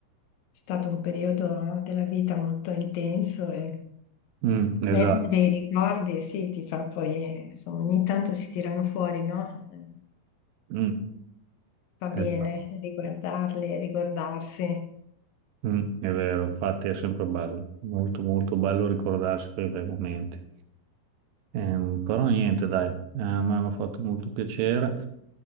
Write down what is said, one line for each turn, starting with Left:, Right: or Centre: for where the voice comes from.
Left: È stato un periodo della vita molto intenso e
Right: mm,
Left: Verme
Right: esatto,
Left: dei ricordi, sì, ti fa poi, eh, insomma, ogni tanto si tirano fuori, no? Eh,
Right: mm,
Left: Va bene
Right: esatto,
Left: riguardarli, ricordarsi.
Right: mm, è vero, infatti è sempre bello, molto molto bello ricordarsi quei bei momenti. Ehm, però niente, dai, eh, mi hanno fatto molto piacere.